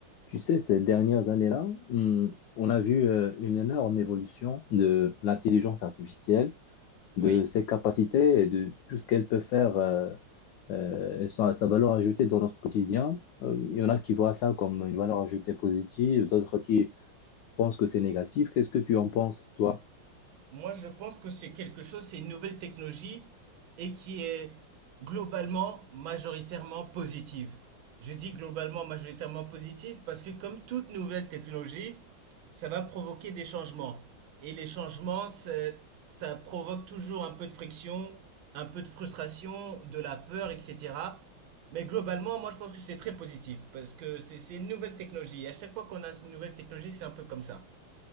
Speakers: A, on the left; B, on the right.
A: Tu sais, ces dernières années-là, on, on a vu euh, une énorme évolution de l'intelligence artificielle, de
B: Oui,
A: ses capacités et de tout ce qu'elle peut faire euh, euh, et sa, sa valeur ajoutée dans notre quotidien. Euh, il y en a qui voient ça comme une valeur ajoutée positive, d'autres qui pensent que c'est négatif. Qu'est-ce que tu en penses, toi?
B: moi je pense que c'est quelque chose, c'est une nouvelle technologie et qui est globalement majoritairement positive. Je dis globalement majoritairement positive parce que comme toute nouvelle technologie, ça va provoquer des changements. Et les changements, c'est- ça provoque toujours un peu de friction, un peu de frustration, de la peur, etc. Mais globalement, moi je pense que c'est très positif parce que c'est c'est une nouvelle technologie. Et à chaque fois qu'on a une nouvelle technologie, c'est un peu comme ça.